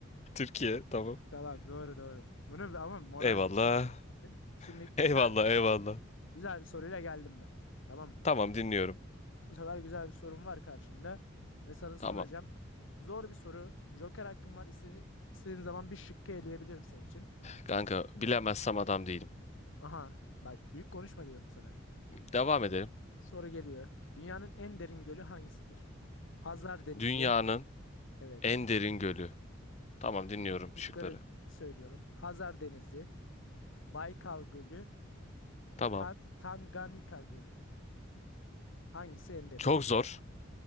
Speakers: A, on the left (about 35°); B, on the left (about 70°).
A: Türkiye. Tamam.
B: Tamam doğru doğru. Bunu ama moral
A: Eyvallah.
B: olsun diye verdim. Şimdi güzel
A: Eyvallah eyvallah.
B: güzel bir soruyla geldim ben. Tamam mı?
A: Tamam dinliyorum.
B: Bu sefer güzel bir sorum var karşımda ve sana soracağım.
A: Tamam.
B: Zor bir soru. Joker hakkın var. İstediğin, istediğin zaman bir şıkkı eleyebilirim senin için.
A: Kanka bilemezsem adam değilim.
B: Aha bak büyük konuşma diyorum sana.
A: Devam edelim.
B: Soru geliyor. Dünyanın en derin gölü hangisidir? Hazar Denizi.
A: Dünyanın
B: Evet.
A: en derin gölü. Tamam dinliyorum
B: Şıkları
A: şıkları.
B: söylüyorum. Hazar Denizi, Baykal Gölü,
A: Tamam.
B: Tan- Tanganyika Gölü. Hangisi en derindir?
A: Çok zor.